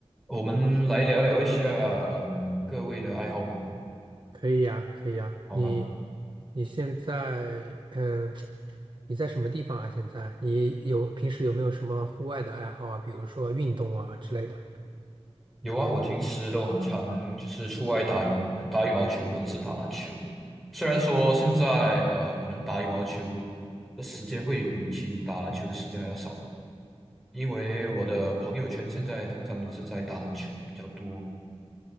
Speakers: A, in the centre; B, on the right.
A: 我们来聊聊一下，嗯，各位的爱好吗？
B: 可以呀，可以呀。
A: 好吧，
B: 你你现在，嗯，你在什么地方啊？现在你有平时有没有什么户外的爱好啊？比如说运动啊之类的。
A: 有啊，我平时都很常就是出外打羽呃打羽毛球或者是打篮球。虽然说现在呃，可能打羽毛球的时间会比起打篮球的时间还要少，因为我的朋友圈现在通常都是在打篮球比较多。